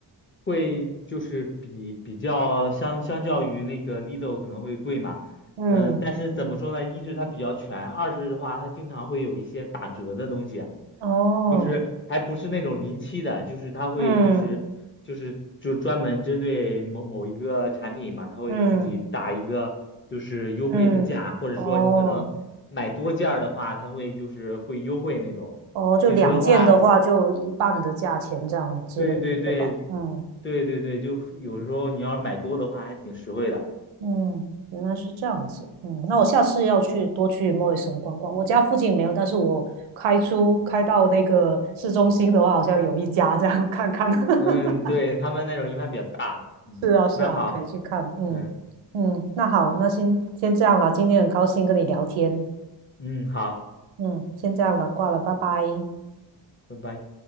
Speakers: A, on the left; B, on the right.
A: 会就是比比较相相较于那个 Lido 可能会贵嘛，
B: 嗯，
A: 呃，但是怎么说呢？一是它比较全，二是的话它经常会有一些打折的东西啊
B: 哦，
A: 就是还不是那种临期的，就是它会就是就是就专门针对某某一个产品嘛，
B: 嗯
A: 它会自己打一个就是优惠的价，
B: 嗯嗯，
A: 或者说你可能买多件儿的话，
B: 哦
A: 它会就是会优惠那种。
B: 哦，就两件的话，
A: 其实的话。
B: 就一半的价钱这样之类的，
A: 对对对
B: 对吧？嗯
A: 对对对，就有时候你要是买多的话，还挺实惠的。
B: 嗯，原来是这样子。嗯，那我下次要去多去 Morrison 逛逛。我家附近没有，但是我开出开到那个市中心的话，好像有一家，这样看看。<laughs>
A: 嗯，对，他们那种一般比较大。嗯，
B: 是啊，是啊，
A: 那好，
B: 可以去看。嗯嗯，
A: 嗯
B: 那好，那先先这样了。今天很高兴跟你聊天。
A: 嗯，好，
B: 嗯，先这样了，挂了，拜拜。
A: 拜拜。